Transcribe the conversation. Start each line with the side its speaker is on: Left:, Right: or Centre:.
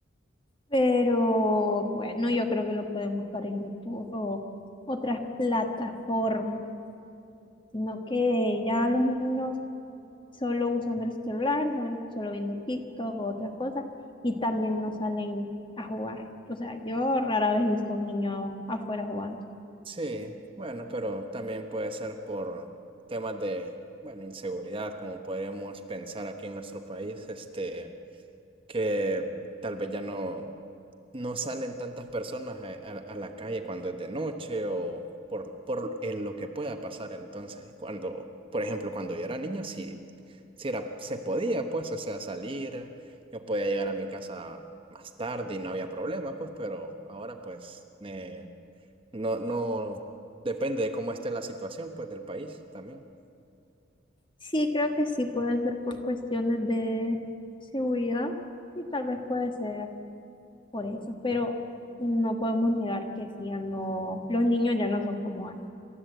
Left: Pero bueno, yo creo que lo pueden buscar en YouTube o otras plataformas, sino que ya los niños solo usando el celular, solo, solo viendo TikTok o otras cosas, y también no salen a jugar. O sea, yo rara vez he visto a un niño afuera jugando.
Right: Sí, bueno, pero también puede ser por temas de, bueno, inseguridad, como podríamos pensar aquí en nuestro país, este, que tal vez ya no, no salen tantas personas a, a- a la calle cuando es de noche o por, por el- lo que pueda pasar. Entonces, cuando, por ejemplo, cuando yo era niño, sí, sí era, se podía, pues, o sea, salir, yo podía llegar a mi casa más tarde y no había problema, pues, pero ahora, pues, eh, no, no, depende de cómo esté la situación, pues, del país también.
Left: Sí, creo que sí puede ser por cuestiones de seguridad y tal vez puede ser por eso, pero no podemos negar que sí, ya no, los niños ya no son como antes.